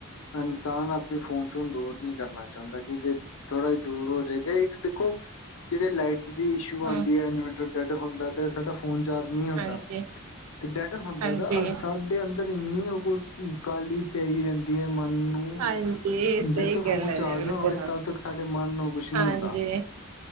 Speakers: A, on the left; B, on the right.
A: ਇਨਸਾਨ ਅਪਨੇ ਫੋਨ ਚੋਂ ਦੂਰ ਨੀਂ ਕਰਨਾ ਚਾਂਦਾ ਕਿ ਜੇ ਥੋੜਾ ਜਾ ਦੂਰ ਹੋਜੇ ਜੇ ਇੱਕ ਦੇਖੋ ਕਿਤੇ ਲਾਈਟ ਦੀ ਇਸ਼ੂ
B: ਹਾਂ,
A: ਆਂਦੀ ਐ ਇਨਵੇਰਟਰ ਡੈੱਡ ਹੁੰਦਾ ਤਾਂ ਸਾਡਾ ਫੋ ਫੋਨ ਚਾਰਜ ਨੀਂ ਹੁੰਦਾ
B: ਹਾਂਜੀ
A: ਤੇ ਡੈਡ ਹੁੰਦਾ
B: ਹਾਂਜੀ
A: ਨਾ। ਸਾਡੇ ਅੰਦਰ ਏਨੀ ਓ ਕੋ ਕਾਹਲੀ ਪਈ ਰੈਂਦੀ ਐ ਮਨ ਨੂੰ,
B: ਹਾਂਜੀ ਸਹੀ
A: ਜਦ ਤੱਕ
B: ਗੱਲ
A: ਫੋਨ
B: ਹੈ
A: ਚਾਰਜ
B: ਜੀ ਬਿਲਕੁਲ
A: ਨਾ ਹੋਵੇ ਤਦ ਤੱਕ ਸਾਡੇ ਮਨ ਨੂੰ ਕੁਛ ਨਹੀਂ
B: ਹਾਂਜੀ।
A: ਹੁੰਦਾ